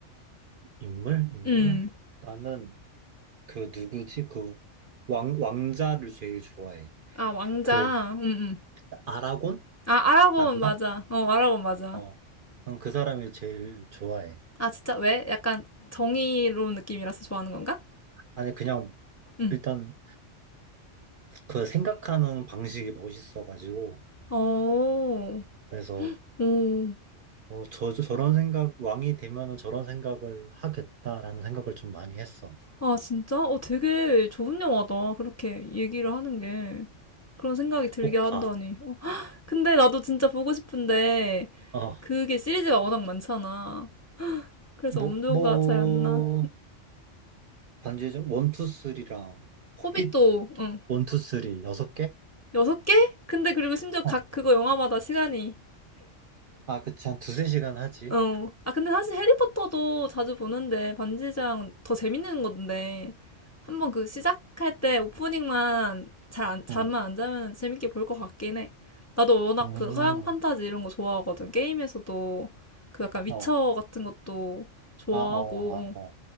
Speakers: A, on the right (about 60°); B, on the left (about 20°).
A: 인물? 인물?
B: 음.
A: 나는 그 누구지? 그 왕, 왕자를 제일 좋아해.
B: 아, 왕자.
A: 그
B: 음, 음.
A: 아라곤?
B: 아, 아라곤
A: 맞나?
B: 맞아. 어, 아라곤 맞아.
A: 어, 난 그 사람이 제일 좋아해.
B: 아, 진짜 왜? 약간 정의로운 느낌이라서 좋아하는 건가?
A: 아니, 그냥,
B: 음.
A: 일단, 그 생각하는 방식이 멋있어가지고,
B: 어.
A: 그래서,
B: 오.
A: 어, 저, 저- 저런 생각, 왕이 되면은 저런 생각을 하겠다라는 생각을 좀 많이 했어.
B: 아, 진짜? 어, 되게 좋은 영화다. 그렇게 얘기를 하는 게. 그런 생각이 들게
A: 꼭
B: 한다니.
A: 봐.
B: 어, <gasps> 근데 나도 진짜 보고 싶은데,
A: 어,
B: 그게 시리즈가 워낙 많잖아. 그래서
A: 뭐,
B: 엄두가
A: 뭐,
B: 잘 안 나.
A: 반지의 원, 투, 쓰리랑, 호빗
B: 호빗도 응
A: 원, 투, 쓰리, 여섯 개?
B: 여섯 개? 근데 그리고 심지어
A: 어,
B: 각 그거 영화마다 시간이
A: 아, 그치, 한 두세 시간 하지.
B: 어. 아 근데 사실 해리포터도 자주 보는데 반지장은 더 재밌는 건데 한번 그 시작할 때 오프닝만 잘 안, 잠만
A: 응,
B: 안 자면 재밌게 볼 것 같긴 해. 나도 워낙
A: 음,
B: 그 서양 판타지 이런 거 좋아하거든. 게임에서도 그 약간 위쳐
A: 어,
B: 같은 것도 좋아하고
A: 아, 어, 아,
B: 어.
A: 어.